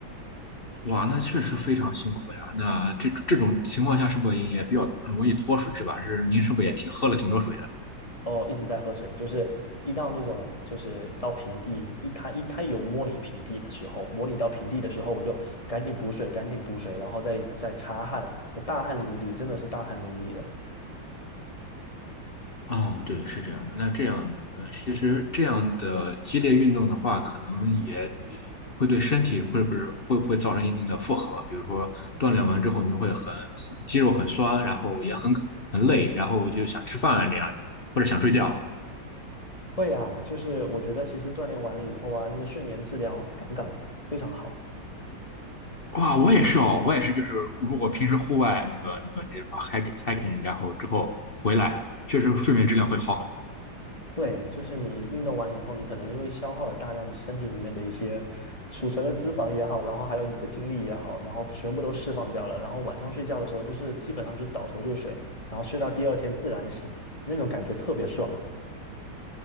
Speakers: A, on the left; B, on the left.
A: 哇，那确实非常辛苦呀。那这这种情况下是不是也比较容易脱水是吧？是您是不是也挺喝了挺多水的？
B: 哦，一直在喝水，就是一到那种就是到平地，一它一它有模拟平地的时候，模拟到平地的时候，我就赶紧补水，赶紧补水，然后再再擦汗，我大汗淋漓，真的是大汗淋漓的。
A: 啊，对，是这样的。那这样，呃，其实这样的激烈运动的话，可能也会对身体会不是会不会造成一定的负荷？比如说锻炼完之后，你会很很肌肉很酸，然后也很很累，然后就想吃饭这样一个，或者想睡觉。
B: 会啊，就是我觉得其实锻炼完了以后啊，那个睡眠质量杠杠的，非常好。
A: 哇，我也是哦，我也是，就是如果平时户外那个那个那什么 hike hiking，然后之后回来，确实睡眠质量会好很多。
B: 对，就是你运动完以后，你可能因为消耗了大量身体里面的一些储存的脂肪也好，然后还有你的精力也好，然后全部都释放掉了，然后晚上睡觉的时候就是基本上就是倒头就睡，然后睡到第二天自然醒，那种感觉特别爽。